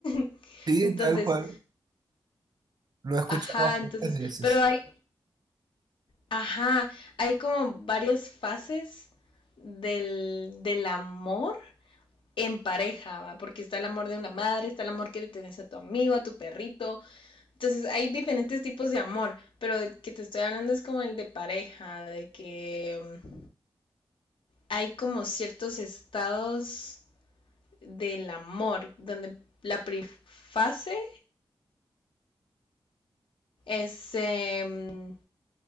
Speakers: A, on the left; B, on the right.
A: <laughs>
B: Sí,
A: entonces,
B: tal cual, lo he escuchado
A: ajá,
B: bastantes
A: entonces,
B: veces.
A: pero hay, ajá, hay como varias fases del, del amor en pareja, ¿va? porque está el amor de una madre, está el amor que le tienes a tu amigo, a tu perrito. Entonces hay diferentes tipos de amor, pero el que te estoy hablando es como el de pareja, de que mm, hay como ciertos estados del amor, donde la primera fase es eh,